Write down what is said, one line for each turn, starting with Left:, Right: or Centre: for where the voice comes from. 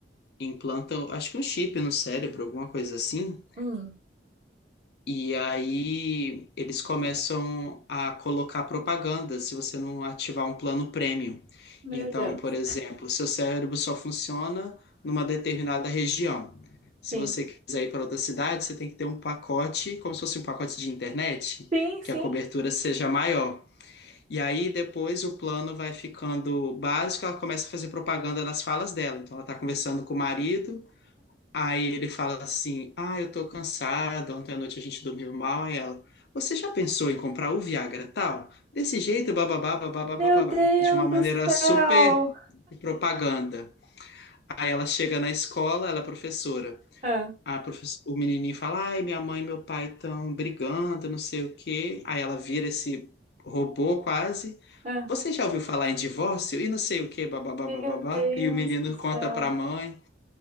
Left: implantam, acho que um chip no cérebro, alguma coisa assim.
Right: Hum,
Left: E aí eles começam a colocar propaganda se você não ativar um plano premium.
Right: meu
Left: Então,
Right: Deus.
Left: por exemplo, seu cérebro só funciona numa determinada região. Se
Right: Sim.
Left: você quiser ir para outra cidade, você tem que ter um pacote, como se fosse um pacote de internet,
Right: Sim,
Left: que
Right: sim.
Left: a cobertura seja maior. E aí depois o plano vai ficando básico, ela começa a fazer propaganda nas falas dela. Então ela está conversando com o marido, Aí ele fala assim: Ah, eu tô cansado, ontem à noite a gente dormiu mal. Aí ela: Você já pensou em comprar o Viagra tal? Desse jeito, bababá, bababá,
Right: Meu
Left: bababá.
Right: Deus
Left: De uma
Right: do
Left: maneira
Right: céu!
Left: super de propaganda. Aí ela chega na escola, ela é professora.
Right: Ah,
Left: A profe- O menininho fala: Ai, minha mãe e meu pai estão brigando, não sei o quê. Aí ela vira esse robô quase.
Right: ah.
Left: Você já ouviu falar em divórcio? E não sei o quê, bababá,
Right: Meu
Left: bababá.
Right: Deus
Left: E o menino
Right: do céu!
Left: conta pra mãe.